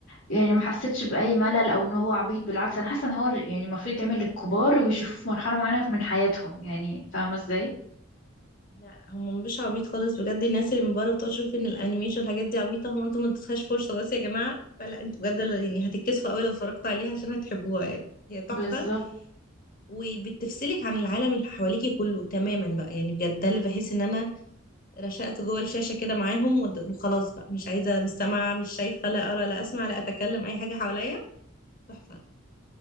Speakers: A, on the left; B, on the left.
A: يعني ما حسيتش بأي ملل أو إن هو عبيط بالعكس أنا حاسة إن هو يعني المفروض يتعمل للكبار ويشوفوه في مرحلة معينة من حياتهم يعني فاهمة إزاي؟
B: لا لا هم مش عبيط خالص بجد الناس اللي من بره بتقعد تشوف ان الانيميشن والحاجات دي عبيطه هو انتوا ما ادتوهاش فرصه بس يا جماعه فلا انتوا بجد لا- يعني هتتكسفوا قوي لو اتفرجتوا عليها عشان هتحبوها يعني هي تحفه
A: بالظبط
B: وبتفصلك عن العالم اللي حواليكي كله تماما بقى يعني بجد ده اللي بحس ان انا رشقت جوه الشاشه كده معاهم ود- وخلاص بقى مش عايزه مستمعه مش شايفه لا ارى لا اسمع لا اتكلم اي حاجه حواليا تحفه